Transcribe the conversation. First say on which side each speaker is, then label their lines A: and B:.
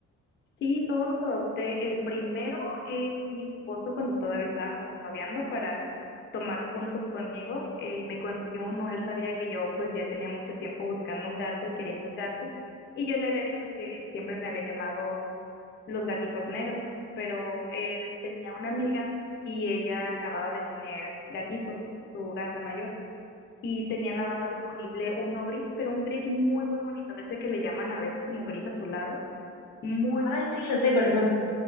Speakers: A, on the left; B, on the left.
A: Sí, todos los adopté. El primero, eh, mi esposo, cuando todavía estábamos noviando para tomar puntos conmigo, eh, me consiguió uno. Él sabía que yo pues ya tenía mucho tiempo buscando un gato, queriendo un gato, y yo le había dicho que siempre me había llamado los gatitos negros, pero él tenía una amiga y ella acababa de tener gatitos, su gata mayor, y tenía nada más disponible uno gris, pero un gris muy, muy bonito, de ese que le llaman a veces como gris azulado, muy,
B: Ay,
A: muy
B: sí,
A: bonito.
B: ya sé cuáles
A: Y
B: son.
A: dije,